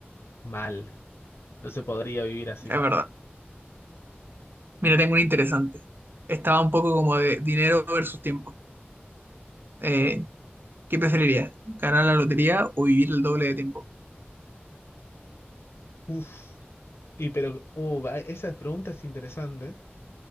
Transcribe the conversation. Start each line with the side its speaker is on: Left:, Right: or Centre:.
Left: mal. No se podría vivir así.
Right: Es verdad. Mira, tengo una interesante. Estaba un poco como de dinero versus tiempo. Eh, ¿qué preferiría? ¿Ganar la lotería o vivir el doble de tiempo?
Left: Uf, y pero, uh, va- esa pregunta es interesante.